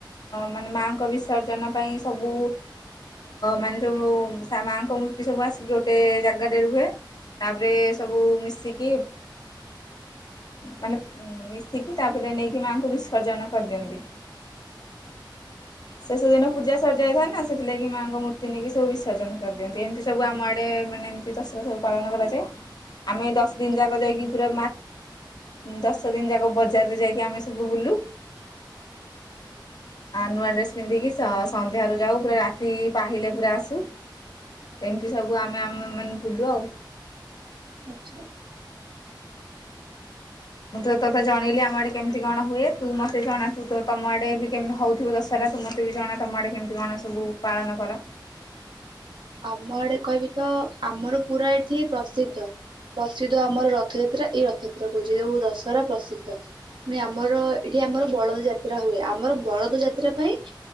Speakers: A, on the left; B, on the right.
A: ମାନେ ମାଙ୍କ ବିସର୍ଜନ ପାଇଁ ସବୁ ମାନେ ଯୋଉ ମାଆଙ୍କ ମୂର୍ତ୍ତି ସବୁ ଆସିକି ଗୋଟେ ଜାଗାରେ ରୁହେ ତାପରେ ସବୁ ମିଶିକି ମାନେ ଆସିକି ତାପରେ ନେଇକି ମାଆଙ୍କୁ ବିସର୍ଜନ କରିଦିଅନ୍ତି ଶେଷ ଦିନ ପୂଜା ସର୍ଯାଇଥାଏ ନା ସେଥିଲାଗି ମାଆଙ୍କ ମୂର୍ତ୍ତି ନେଇକି ସବୁ ବିସର୍ଜନ କରିଦିଅନ୍ତି ଏମିତି ସବୁ ଆମ ଆଡେ ମାନେ ଏମତି ଦଶର ସବୁ ପାଳନ କରାଯାଏ ଆମେ ଦଶ ଦିନ ଯା ଯାଇକି ପୁରା ଦଶ ଦିନ ଯାକ। ବଜାରରେ ଯାଇକି ଆମେ ସବୁ ବୁଲୁ ଆ ନୂଆ ଡ୍ରେସ୍ ପିନ୍ଧିକି ସନ୍ଧ୍ୟାରୁ ଯାଉ ପୁରା ରାତି ପାହିଲେ ପୁରା ଆସୁ ଏମିତି ସବୁ ଆମେ ଆମେ ମାନେ ବୁଲୁ ଆଉ।
B: ଆଛା।
A: ମୁଁ ତ ତୋତେ ଜଣେଇଲି ଆମ ଆଡେ କେମିତି କଣ ହୁଏ ତୁ ମତେ ଜଣା ତମ ଆଡେ ବି କେମତି ହଉଥିବ ଦଶହରା ତୁ ମତେ ବି ଜଣା ତମ ଆଡେ କେମିତି କଣ ସବୁ ପାଳନ କର?
B: ଆମ ଆଡେ କହିବି ତ ଆମର ପୁରା ଏଠି ପ୍ରସିଦ୍ଧ ପ୍ରସିଦ୍ଧ ଆମର ରଥଯାତ୍ରା ଏଇ ରଥଯାତ୍ରା କହୁଛି ଯଉ ଦଶହରା ପ୍ରସିଦ୍ଧ ପୁଣି ଆମର ଏଠି ଆମର ବଳଦ ଯାତ୍ରା ହୁଏ ଆମର ବଳଦ ଯାତ୍ରା ପାଇଁ